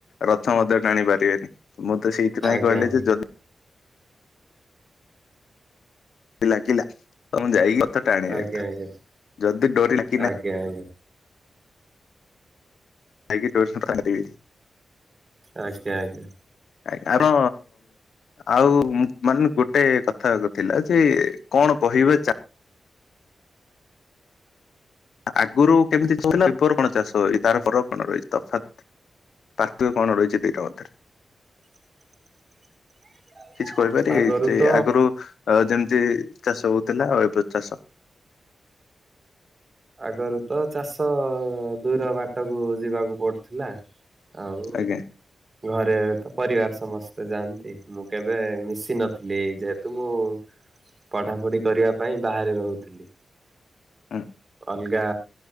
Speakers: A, on the left (about 85°); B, on the right (about 35°).
A: ରଥ ମଧ୍ୟ ଟାଣି ପାରିବେନି। ମୁଁ ତ ସେଇଥିପାଇଁ
B: ଆଜ୍ଞା
A: କହିଲି
B: ଆଜ୍ଞା
A: ଯେ ଯଦି ଲାଗିଲା ତମେ ଯାଇକି ରଥ ଟାଣିବା
B: ଆଜ୍ଞା
A: କଥା
B: ଆଜ୍ଞା
A: ଯଦି ଡୋରିଲାଗି
B: ଆଜ୍ଞା
A: ନାହିଁ
B: ଆଜ୍ଞା।
A: ଯାଇକି <unintelligible>
B: ଆଜ୍ଞା ଆଜ୍ଞା
A: ଆ ଆର ଆଉ ମାନେ ଗୋଟେ କଥା ଥିଲା ଯେ କଣ କହିବେ ଚା ଆଗରୁ କେମିତି ଚାଷ ଥିଲା ଏବେର କଣ ଚାଷ ଅଛି ତାର ପରକ କଣ ରହିଛି ତଫାତ୍ ପାର୍ଥକ୍ କଣରହିଛି ଦିଇଟା ଭିତରେ?
B: <unintelligible>
A: କିଛି କହିପାରିବେ
B: ଆଗରୁ
A: ଯେ
B: ତ
A: ଆଗରୁ ଯେମ ଯେ ଚାଷ ହଉଥିଲା ଆଉ ଏବେର ଚାଷ?
B: ଆଗରୁ ତ ଚାଷ ଦୂର ବାଟକୁ ଯିବାକୁ ପଡୁଥିଲା। ଆଉ
A: ଆଜ୍ଞା।
B: ଘରେ ତ ପରିବାର ସ ସମସ୍ତେ ଯାଆନ୍ତି ମୁଁ କେବେ ମିଶି ନଥିଲି ଯେହେତୁ ମୁଁ ପଢ଼ାପଢ଼ି କରିବା ପାଇଁ ବାହାରେ ରହୁଥିଲି।
A: ହୁଁ
B: ଅଲଗା